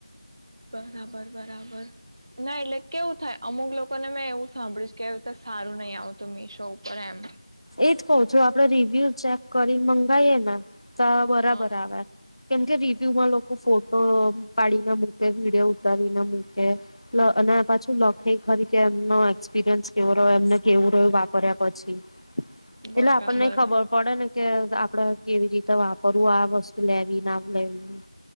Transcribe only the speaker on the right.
બરાબર બરાબર ના એટલે કેવું થાય અમુક લોકોને મેં એવું સાંભળ્યું કે એવી રીતે સારું નહી આવતું મીશો ઉપર એમ
હા
બરાબર